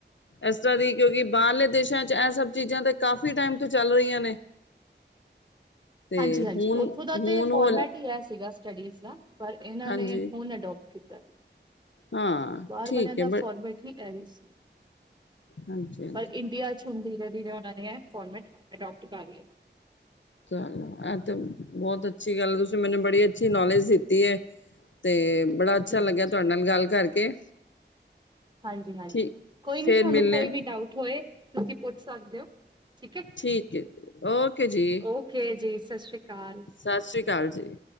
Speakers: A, on the left; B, on the right.
A: ਇਸ ਤਰ੍ਹਾਂ ਦੀ ਕਿਉਂਕਿ ਬਾਹਰਲੇ ਦੇਸਾਂ ਚ ਇਹ ਸਭ ਚੀਜ਼ਾਂ ਤਾਂ ਕਾਫੀ ਟੈਮ ਤੋਂ ਚੱਲ ਰਹੀਆਂ ਨੇ। ਤੇ
B: ਹਾਂਜੀ-ਹਾਂਜੀ,
A: ਹੁਣ
B: ਉੱਥੋਂ ਦਾ
A: ਹੁਣ
B: ਤੇ ਫੋਰਮੈਟ
A: ਹੋ
B: ਹੀ ਇਹ ਸੀਗਾ ਸਟੱਡੀਜ਼ ਦਾ ਪਰ, ਇਹਨਾਂ
A: ਹਾਂਜੀ
B: ਨੇ ਹੁਣ ਅਡੋਪਟ ਕੀਤਾ। <unintelligible>
A: ਹਾਂ।
B: ਬਾਹਰ
A: ਠੀਕ
B: ਵਾਲਿਆਂ ਦਾ
A: ਹੈ ਬ
B: ਫੋਰਮੇਟ ਹੀ <unintelligible> ਸੀ
A: ਹਾਂਜੀ ਹਾਂਜੀ
B: ਪਰ, ਇੰਡੀਆ ਹੁਣ ਧੀਰੇ-ਧੀਰੇ ਉਹ ਨੇ ਇਹ ਫੋਰਮਟ ਅਡੋਪਟ ਕਰ ਲਿਆ।
A: ਚਲੋ, ਏਤੇ ਬਹੁਤ ਅੱਛੀ ਗੱਲ। ਤੁਸੀਂ ਮੈਨੂੰ ਬੜੀ ਅੱਛੀ ਨੌਲੇਜ ਦਿੱਤੀ ਹੈ। ਤੇ ਬੜਾ
B: ਜੀ
A: ਅੱਛਾ ਲੱਗਿਆ
B: ਜੀ ਜੀ
A: ਤੁਹਾਡੇ ਨਾਲ ਗੱਲ ਕਰਕੇ।
B: ਹਾਂਜੀ-ਹਾਂਜੀ।
A: ਠੀਕ
B: ਕੋਈ ਨੀ,
A: ਫੇਰ
B: ਤੁਹਾਨੂੰ
A: ਮਿਲਣੇ
B: ਕੋਈ ਵੀ ਡਾਊਟ ਹੋਏ ਤੁਸੀਂ ਪੁੱਛ ਸਕਦੇ ਹੋ ਠੀਕ ਹੈ।
A: ਠੀਕ ਹੈ ਜੀ, ਓਕੇ ਜੀ।
B: ਓਕੇ ਜੀ, ਸਾਸਰੀ ਕਾਲ।
A: ਸਾਸਰੀ ਕਾਲ ਜੀ।